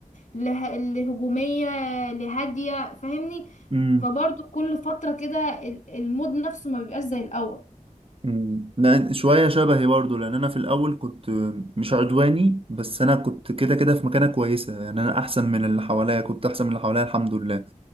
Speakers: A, on the left; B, on the right.
A: له- لهجومية لهادية فاهمني
B: أمم.
A: فبرضو كل فترة كده ال- المود نفسه ما بيبقاش زي الاول
B: مم. لا شوية شبهي برضو لأن أنا في الأول كنت مش عدواني بس أنا كنت كده كده في مكانة كويسة يعني أنا أحسن من اللي حواليا كنت أحسن من اللي حواليا الحمد لله